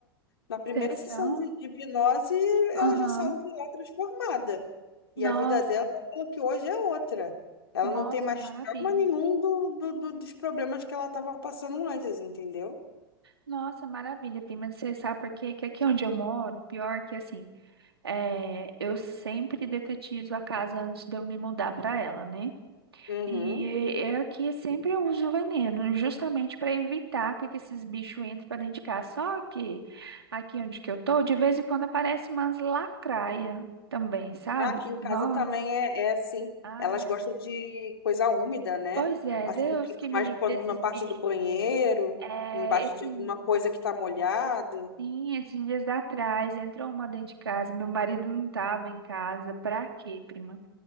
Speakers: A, on the left; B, on the right.
A: na primeira
B: sessão.
A: sessão de, de hipnose, ela
B: Aham.
A: já saiu de lá transformada.
B: Nossa,
A: E a vida dela, pelo que hoje é outra. Ela
B: nossa,
A: não tem mais
B: maravilha.
A: trauma nenhum do, do, do- dos problemas que ela estava passando antes, entendeu?
B: Nossa, maravilha, prima. Você sabe por quê? Que aqui onde eu moro, pior que assim, é, eu sempre detetizo a casa antes de eu me mudar para ela, né?
A: Uhum.
B: E é aqui sempre eu uso veneno, justamente para evitar que, que esses bichos entrem para dentro de casa. Só que aqui onde que eu tô, de vez em quando aparece umas lacraia também, sabe?
A: Ah, Aqui em casa
B: Nossa,
A: também é, é assim.
B: ai.
A: Elas gostam de coisa úmida, né?
B: Pois é,
A: Assim,
B: Deus
A: fica
B: que me
A: mais
B: livre
A: quando
B: desses
A: na parte
B: bichos.
A: do banheiro,
B: É,
A: embaixo
B: esse
A: de alguma coisa que tá molhado.
B: Sim, esses dias atrás entrou uma dentro de casa. Meu marido não estava em casa. Pra quê, prima?